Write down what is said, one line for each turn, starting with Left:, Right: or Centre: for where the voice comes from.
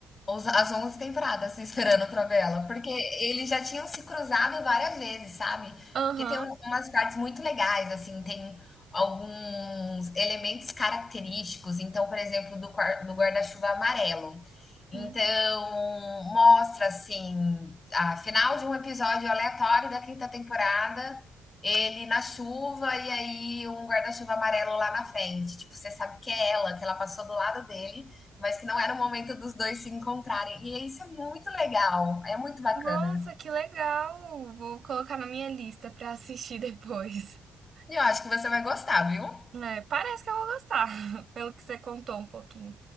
Left: Os as 11 temporadas se esperando pra ver ela, porque eles já tinham se cruzado várias vezes, sabe.
Right: Aham.
Left: Porque tem um umas partes muito legais, assim, tem alguns elementos característicos, então, por exemplo, do quar do guarda-chuva amarelo. Então,
Right: Hum.
Left: mostra, assim, a final de um episódio aleatório da quinta temporada, ele na chuva e aí um guarda-chuva amarelo lá na frente, tipo, você sabe que é ela, que ela passou do lado dele mas que não era o momento dos dois se encontrarem. E isso é muito legal, é muito bacana.
Right: Nossa, que legal! Vou colocar na minha lista pra assistir depois. <laughs>
Left: E eu acho que você vai gostar, viu?
Right: É, parece que eu vou gostar, <laughs> pelo que você contou um pouquinho.